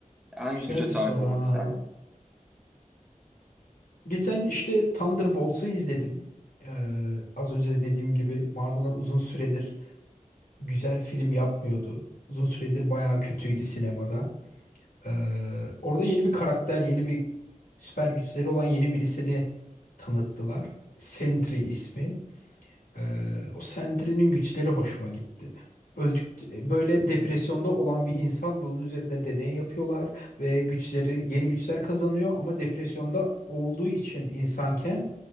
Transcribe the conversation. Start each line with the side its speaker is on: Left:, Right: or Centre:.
Centre: Hangi
Left: Güzel
Centre: güce sahip
Left: bir soru
Centre: olmak
Left: ha.
Centre: isterdin?
Left: Geçen işte Thunderbolts'u izledim. E, az önce de dediğim gibi Marvel'ın uzun süredir güzel film yapmıyordu. Uzun süredir bayağı kötüydü sinemada. Ee, orada yeni bir karakter, yeni bir süper güçleri olan yeni birisini tanıttılar. Sentry ismi. Ee, o Sentry'nin güçleri hoşuma gitti. Öldük, böyle depresyonda olan bir insan bunun üzerinde deney yapıyorlar ve güçleri yeni güçler kazanıyor ama depresyonda olduğu için insanken